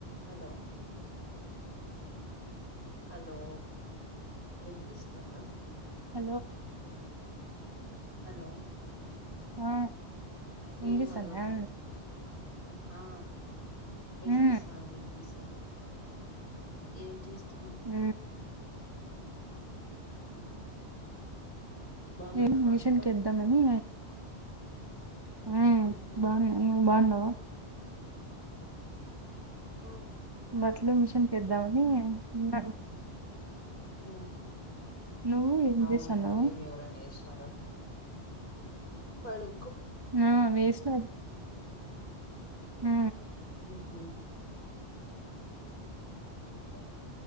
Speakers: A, on the left; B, on the right.
A: Hello hello వినిపిస్తుందా
B: hello
A: hello
B: ఆ
A: హే
B: వినిపిస్తుందా
A: hello ఆ వినిపిస్తంది
B: మ్మ్
A: వినిపిస్త ఏం చేస్త
B: హ
A: బాగున్నారా
B: ఏం మిషన్
A: అంతా
B: కేద్దామని మ్మ్
A: ఉహు
B: బాన్న నువ్ బాన్నావా ఆ
A: ఆ
B: బట్లు మిషన్ కద్ద నే ఉండరు
A: మ్మ్
B: నువ్వు ఏం
A: అవును
B: చేస్తాన్నావు
A: ఏమి ఎవరనేస్ ఆడ పడు
B: ఆ వేస్నా ఆ
A: ఉహు ఇంకా